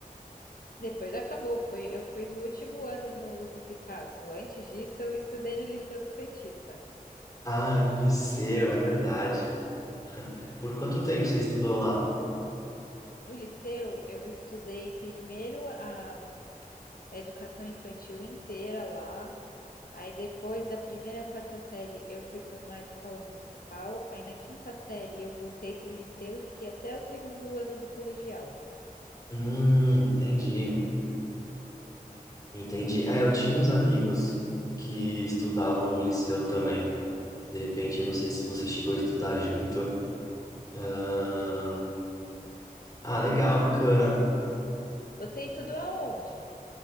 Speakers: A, on the left (about 75°); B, on the left (about 25°).
A: Depois acabou, foi, eu fiz o último ano no Lupe Picasso. Antes disso, eu estudei no Liceu Santista.
B: Ah, é no liceu, é verdade. Por quanto tempo você estudou lá?
A: No liceu, eu estudei primeiro a a educação infantil inteira lá. Aí depois da primeira à quarta série eu fui para uma escola municipal, aí na quinta série eu voltei para o liceu e fiquei até o segundo ano do colegial.
B: Hum, entendi. Entendi. É, eu tinha uns amigos que estudavam no liceu também. De repente, eu não sei se você chegou a estudar junto. Ahn, Ah, legal, bacana.
A: Você estudou aonde?